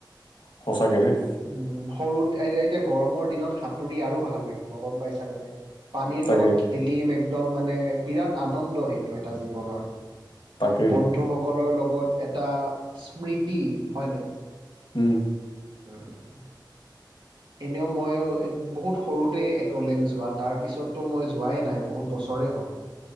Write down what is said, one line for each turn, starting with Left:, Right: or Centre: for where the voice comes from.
Left: সঁচাকে
Right: স-
Left: দেই।
Right: উম, সৰুত এতিয়া গৰমৰ দিনত সাঁতুৰি আৰু ভাল লাগিব গম পাইছানে নাই। পানীৰ
Left: তাকে
Right: লগত খেলিম একদম মানে বিৰাট আনন্দ সেইটো এটা জীৱনৰ
Left: তাকেই
Right: বন্ধু সকলৰ লগত এটা স্মৃতি হয়নে।
Left: উম
Right: উম এনেও মই বহুত সৰুতে একলেন যোৱা তাৰ পিছততো মই যোৱাই নাই বহুত বছৰ। ৰে হ'ল